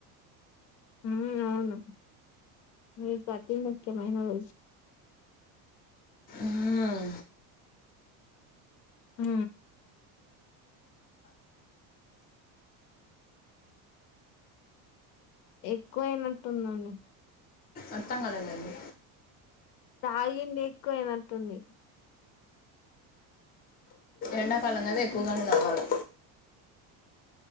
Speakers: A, on the left (about 75°); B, on the left (about 25°).
A: ఊ అవును మీకు అతి ముఖ్యమైన రోజు
B: మ్మ్.
A: ఊ ఎక్కువ అయినట్టు ఉందని
B: అత్తం కాలేదండి
A: తాగింది ఎక్కువైనట్టుంది
B: ఎండాకాలం కదా ఎక్కువగానే తాగాలా